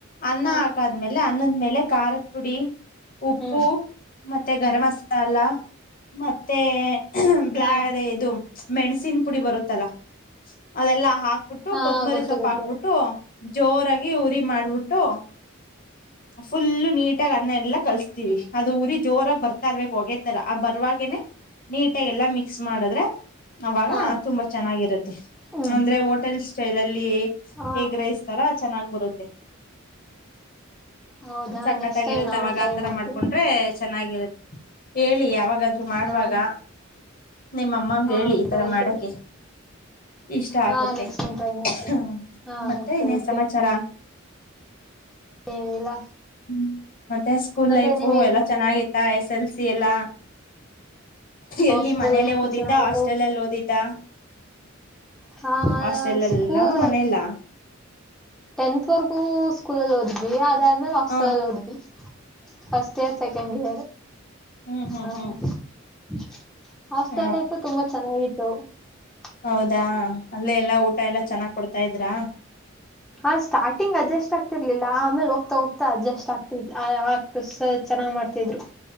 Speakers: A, on the left; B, in the centre.
A: ಅನ್ನ
B: ಹಾ
A: ಹಾಕಾದ್ಮೇಲೆ ಅನ್ನದ್ಮೇಲೆ ಖಾರದ ಪುಡಿ ಉಪ್ಪು
B: ಹ್ಮ್
A: ಮತ್ತೆ ಗರಂ ಮಸಾಲ ಮತ್ತೆ ಹ ಬ್ಲಾ
B: ಹಾ
A: ಇದು ಮೆಣಸಿನ ಪುಡಿ ಬರುತ್ತಲ್ಲಾ ಅದೆಲ್ಲಾ ಹಾ ಹಾಕ್ಬಿಟ್ಟು
B: ಹಾ
A: ಕೊತ್ಮರಿ
B: ಗೊತ್ತು
A: ಸೊಪ್ಪ
B: ಗೊತ್ತು
A: ಹಾಕ್ಬಿಟ್ಟು ಜೋರಾಗಿ ಊರಿ ಮಾಡ್ಬಿಟ್ಟು ಫುಲ್ಲು ನೀಟಾಗಿ ಅನ್ನ ಎಲ್ಲಾ ಕಲ್ಸ್ತೀವಿ ಊರಿ ಜೋರಾಗಿ ಬರ್ತಾ ಇರರ್ಬೇಕು ಹೊಗೇ ತರ ಆ ಬರುವವಾಗೆನೆ ನೀಟಾಗಿ ಎಲ್ಲಾ ಮಿಕ್ಸ್ ಮಾಡಿದ್ರೆ ಅವಾಗ
B: ಹಾ
A: ತುಂಬಾ ಚೆನ್ನಾಗಿರುತ್ತೆ
B: ಹ್ಮ್
A: ಅಂದ್ರೆ ಓಟ <unintelligible> ಚೃಲಲ್ಲಿ ಅಲ್ಲಿ
B: ಹಾ
A: ಏಗ್ ರೈಸುತರ ಚೆನ್ನಾಗ್ ಬರುತ್ತೆ
B: ಹೌದಾ
A: ಸಕ್ಕತ್ತಾಗಿರುತ್ತೆ
B: ನೆಕ್ಸ್ಟ್ ಟೈಮ್ ನಾನು
A: ಅವಾಗ
B: ಟ್ರೈ
A: ಆತರ
B: ಮಾಡ್ತೀನಿ
A: ಮಾಡ್ಕೊಂಡ್ರೆ ಚೆನ್ನಾಗಿರುತ್ತೆ ಹೇಳಿ ಯಾವಾಗಾದ್ರರು ಮಾಡುವಾಗ
B: ಹಾ
A: ನಿಮ್ಮ ಅಮ್ಮಂಗ
B: ಹಾ
A: ಹೇಳಿ ಈತರ
B: ಸರಿ
A: ಮಾಡಕೆ
B: ಸರಿ
A: ಇಷ್ಟ
B: ಹಾ
A: ಆಗುತ್ತೆ
B: ನೆಕ್ಸ್ಟ್ ಟೈಮ್ ಟ್ರೈ ಮಾಡ್ತೀನಿ
A: ಹ
B: ಹಾ
A: ಮತ್ತೆ
B: ಓಕೆ
A: ಇನೇನು
B: ಓಕೆ
A: ಸಮಾಚಾರ
B: ಏನಿಲ್ಲ
A: ಹ್ಮ ಮತ್ತೆ ಸ್ಕೂಲ್
B: ಮತ್ತೆ
A: ಲೈಫು
B: ನಿಮಗೆ
A: ಎಲ್ಲ ಚೆನ್ನಾಗಿತ್ತ ಎಸ್ ಎಲ್ ಸಿ ಎಲ್ಲಾ ಎಲ್ಲಿ
B: ಸ್ಕೂಲ್
A: ಮನೇಲ್ಲೇ
B: ಲೈಫ್
A: ಓದಿದ್ದ
B: ಚೆನ್ನಾಗಿತ್ತು
A: ಹಾಸ್ಟೆಲ್ಲ್ಲಿ ಓದಿದ್ದ
B: ಹಾ
A: ಹಾಸ್ಟ್ರೇಲ್ ಯಲ್ಲಿನ
B: ಸ್ಕೂಲ್
A: ಮನೆಲ್ಲ
B: ಟೆಂತ್ ವರೆಗೂ ಸ್ಕೂಲಲ್ಲಿ ಓದಿದಿವಾ ಬೆಂಗಳೂರು ರಸೋಯ
A: ಹ
B: ಓದಿದ್ದೀವಿ ಫಸ್ಟ್ ಇಯರ್ ಸೆಕೆಂಡ್ ಇಯರ್
A: ಹ್ಮ್ ಹ್ಮ್
B: ಹ
A: ಹ್ಮ್
B: <inaudible> ಹಾಸ್ಟೆಲ್
A: ಹ
B: ಲೈಫ್ ತುಂಬಾ ಚೆನ್ನಾಗಿತ್ತು ಸರಿ
A: ಹೌದಾ ಅಲ್ಲ ಎಲ್ಲ ಊಟ ಎಲ್ಲ ಚೆನ್ನಾಗ್ ಕೊಡ್ತಾ ಅ
B: ಹಾ ಸ್ಟಾರ್ಟಿಂಗ್ ಅಡ್ಜಸ್ಟ್ ಆಗ್ತಿರ್ಲಿಲ್ಲ ಆಮೇಲೆ ಹೋಗ್ತಾ ಹೋಗ್ತಾ ಅಡ್ಜಸ್ಟ್ ಆಗ್ತ ಆತ ಚೆನ್ನಾಗ್ ಮಾಡ್ತಿದ್ರು